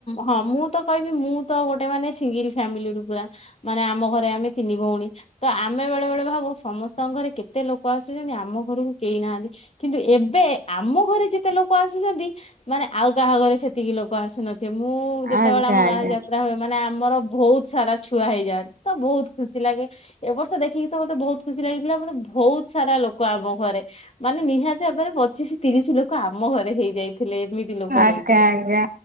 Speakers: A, on the left (about 45°); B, on the right (about 90°).
A: ହଁ ମୁଁ ତ କହିବି ମୁଁ ତ ଗୋ ଟେ ମାନେ ସିଙ୍ଗିଲ ଫାମିଲି ରୁ ପୁରା ମାନେ ଆମ ଘରେ ଆମେ ତିନି ଭଉଣୀ ତ ଆମେ ବେଳେବେଳେ ଭାବୁ ସମ ମସ୍ତଙ୍କ ଘରେ କେତେ ଲୋକ ଆସୁଚନ୍ତି ଆମ ଘରକୁ କେହି ନାହାନ୍ତି କିନ୍ତୁ ଏବେ ଆମ ଘରେ ଯେତେ ଲୋକ ଆସୁଚନ୍ତି ମାନେ ଆଉ କାହା ଘରେ ସେତିକି ଲୋକ ଆସୁନ ଥିବେ ମୁଁ ଯେତେବେଳେ
B: ଆଜ୍ଞା
A: ଆମ
B: ଆଜ୍ଞା
A: ଗାଁରେ ଯାତ୍ରା ହୁଏ ମାନେ ଆମର ବହୁତ ସାରା ଛୁଆ ହେଇଯାଆ ତ ବହୁତ ଖୁସି ଲାଗେ ଏ ବର୍ଷ ଦେଖିକି ତ ମତେ ବହୁତ ଖୁସି ଲାଗିଥିଲା ମତେ ବହୁତ ସାରା ଲୋକ ଆମ ଘରେ ମାନେ ନିହାତି ଭାବରେ ପଚିଶ ତିରିଶ ଲୋକ ଆମ ଘରେ ହେଇଯାଇ ଥିଲେ ଏମିତି ଲୋକ ହେଇଥିଲେ
B: ଆଜ୍ଞା ଆଜ୍ଞା